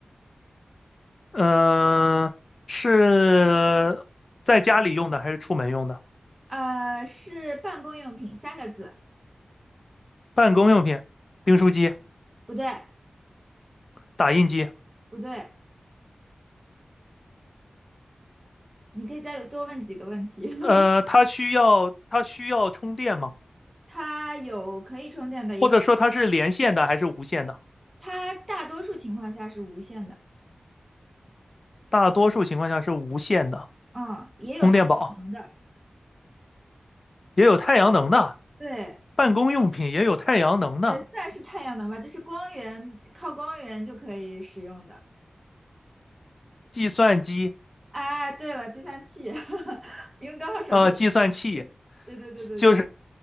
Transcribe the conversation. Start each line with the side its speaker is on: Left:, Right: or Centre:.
Left: 嗯、是在家里用的还是出门用的？
Right: 呃，是办公用品，三个字，
Left: 办公用品、订书机、
Right: 不对
Left: 打印机。
Right: 不对，你可以再多问几个问题。<laughs>
Left: 呃，它需要它需要充电吗？
Right: 它有可以充电的，也有，
Left: 或者说它是连线的还是无线的？
Right: 它大多数情况下是无线的，
Left: 大多数情况下是无线的，
Right: 嗯，也有太阳能的，
Left: 充电宝也有太阳能的，
Right: 对。
Left: 办公用品也有太阳能的，
Right: 呃，算是太阳能吧，就是光源，靠光源就可以使用的。
Left: 计算机
Right: 哎，对了，计算器，<laughs> 因为刚好手头有计算器，
Left: 呃计算器
Right: 对对对对对
Left: 就是